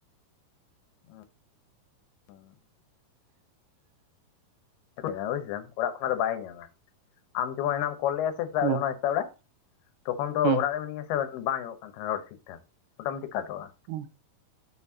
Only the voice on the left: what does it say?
<inaudible> <unintelligible> ᱵᱩᱡᱟᱢ ᱚᱲᱟᱜ ᱠᱷᱚᱱᱟᱜ ᱫᱚ ᱵᱟᱭ ᱧᱟᱢᱟ ᱟᱢ ᱡᱮᱢᱚᱱ ᱚᱱᱟᱢ ᱠᱚᱞ ᱞᱮᱫᱼᱟ ᱥᱮᱛᱟᱜ
ᱚᱱᱟ ᱥᱮᱛᱟᱜ ᱵᱮᱲᱟ ᱛᱚᱠᱷᱚᱱ ᱫᱚ
ᱚᱲᱟᱜ ᱨᱮ ᱢᱤᱱᱟᱹᱧᱟ ᱥᱮ ᱵᱟᱝ ᱟᱸᱡᱚᱢᱚᱜ ᱠᱟᱱ ᱛᱟᱦᱮᱸᱱᱟ ᱨᱚᱲ ᱴᱷᱤᱠ ᱴᱷᱟᱠ ᱢᱳᱴᱟ ᱢᱳᱴᱤ ᱠᱟᱴᱚᱜᱼᱟ